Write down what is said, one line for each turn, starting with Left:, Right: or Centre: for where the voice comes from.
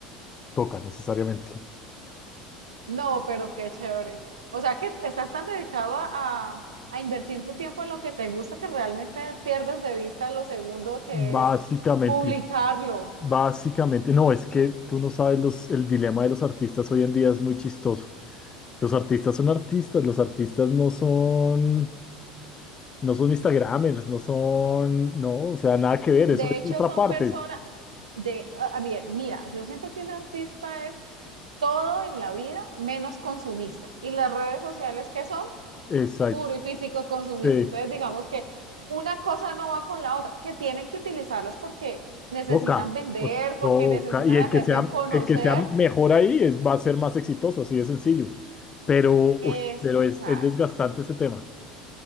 Left: Toca necesariamente.
Right: No, pero qué chévere. O sea que estás tan dedicado a, a, a invertir tu tiempo en lo que te gusta que realmente pierdes de vista lo segundo que
Left: Básicamente,
Right: es publicarlo.
Left: básicamente, no, es que tú no sabes los, el dilema de los artistas hoy en día es muy chistoso. Los artistas son artistas, los artistas no son, no son Instagramers, no son, no, o sea, nada que ver,
Right: De
Left: eso es
Right: hecho,
Left: otra
Right: son
Left: parte.
Right: personas de, a, a ver, mira, yo siento que un artista es todo en la vida menos consumista. Y las redes sociales que son
Left: Exacto,
Right: puro y físico consumismo.
Left: sí,
Right: Entonces, digamos que una cosa no va con la otra, que tienen que utilizarlas porque necesitan
Left: toca,
Right: vender,
Left: o-
Right: porque
Left: toca,
Right: necesitan
Left: y el
Right: hacerse
Left: que sea,
Right: en conocer.
Left: el que sea mejor ahí es, va a ser más exitoso, así de sencillo. Pero, uy,
Right: Exacto.
Left: pero es, es desgastante ese tema,